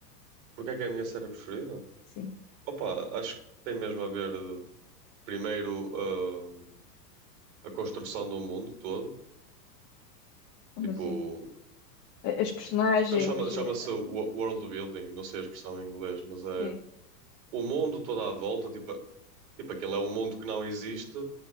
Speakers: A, on the right; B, on the left.
A: Porque é que é a minha série preferida?
B: Sim.
A: Opa, acho que tem mesmo a ver, eh, primeiro, hum, a construção do mundo todo,
B: Como
A: tipo,
B: assim? A- As personagens.
A: então chama, chama-se
B: eh,
A: wo- world building, não sei a expressão em inglês, mas é
B: Sim.
A: o mundo todo à volta, tipo, tipo aquele é um mundo que não existe,